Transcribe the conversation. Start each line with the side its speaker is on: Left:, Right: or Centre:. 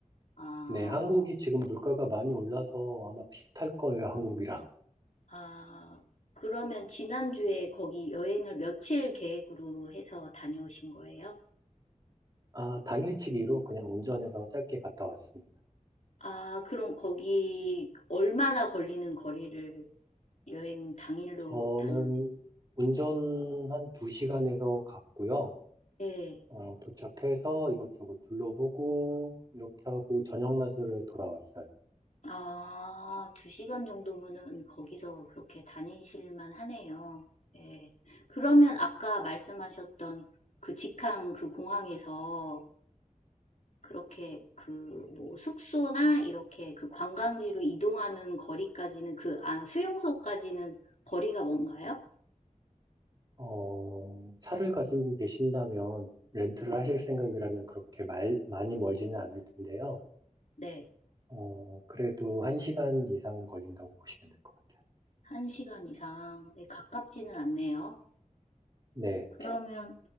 Left: 아,
Right: 네, 한국이 지금 물가가 많이 올라서 아마 비슷할 거예요, 한국이랑.
Left: 아, 그러면 지난주에 거기 여행을 며칠 계획으로 해서 다녀오신 거예요?
Right: 아, 당일치기로 그냥 운전해서 짧게 갔다 왔습니다.
Left: 아, 그럼 거기 얼마나 걸리는 거리를 여행 당일로
Right: 저는
Left: 다녀오신
Right: 운전 한 두시간에서 갔고요.
Left: 거예요?
Right: 어, 도착해서 이것저것 둘러보고 이렇게 하고 저녁 낮으로 돌아왔어요.
Left: 아, 두 시간 정도면은 거기서 그렇게 다니실만 하네요. 예. 그러면 아까 말씀하셨던 그 직항 그 공항에서 그렇게 그 뭐 숙소나 이렇게 그 관광지로 이동하는 거리까지는 그, 아, 수용소까지는 거리가 뭔가요?
Right: 어, 차를 가지고 계신다면 렌트를
Left: 네.
Right: 하실 생각이라면 그렇게 말- 많이 멀지는 않을 텐데요.
Left: 네.
Right: 어, 그래도 한시간 이상 걸린다고 보시면 될 것 같아요.
Left: 한 시간 이상. 네, 가깝지는 않네요.
Right: 네.
Left: 네. 그러면